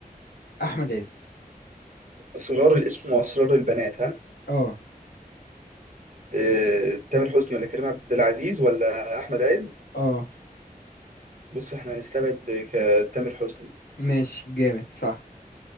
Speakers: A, on the left; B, on the right.
A: أحمد عز
B: اسرار الاسم واسرار البنات ها
A: اه
B: آه، تامر حسني ولا كريم عبد العزيز ولا احمد عز
A: اه
B: بص احنا هنستبعد ك- تامر حسني
A: ماشي جامد صح